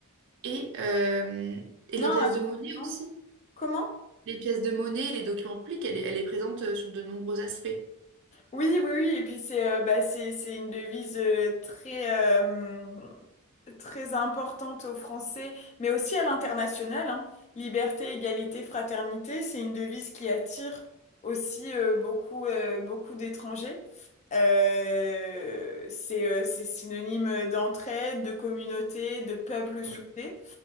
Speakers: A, on the right (about 55°); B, on the left (about 30°).
A: Et, euh, et
B: Non,
A: les pièces
B: absolument.
A: de monnaie aussi.
B: Comment?
A: Les pièces de monnaie, les documents publics, elle est, elle est présente euh, sur de nombreux aspects.
B: Oui, oui, oui, et puis c'est euh, bah, c'est, c'est une devise euh, très, euh, très importante aux Français, mais aussi à l'international, hein. Liberté, égalité, fraternité, c'est une devise qui attire aussi euh, beaucoup, euh, beaucoup d'étrangers. Euh, c'est euh, c'est synonyme d'entraide, de communauté, de peuple soudé.
A: Oui.